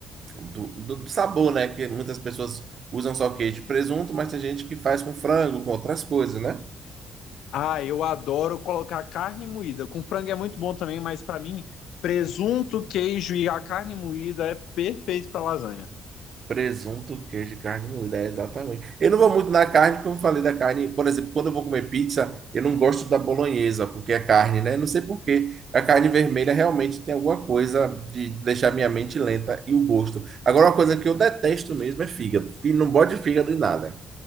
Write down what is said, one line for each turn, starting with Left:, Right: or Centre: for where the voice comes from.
Right: do, do sabor, né? Que muitas pessoas usam só queijo e presunto, mas tem gente que faz com frango, com outras coisas, né?
Left: Ah, eu adoro colocar carne moída. Com frango é muito bom também, mas pra mim, presunto, queijo e a carne moída é perfeito pra lasanha.
Right: Presunto, queijo, e carne moída, é exatamente. Eu não vou muito na carne, porque eu falei da carne. Por exemplo, quando eu vou comer pizza, eu não gosto da bolonhesa, porque é carne, né? Não sei por quê. A carne vermelha realmente tem alguma coisa de deixar minha mente lenta e o gosto. Agora, uma coisa que eu detesto mesmo é fígado. Fí- Não bode fígado em nada.